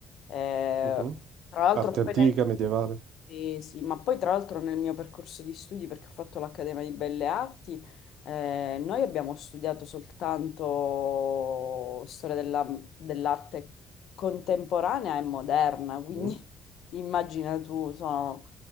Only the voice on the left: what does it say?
Eh,
tra l'altro,
poi nel-
Sì, sì, ma poi tra l'altro nel mio percorso di studi, perché ho fatto l'Accademia di Belle Arti, eh, noi abbiamo studiato soltanto storia della- dell'arte contemporanea e moderna,
quindi <laughs> immagina tu, sono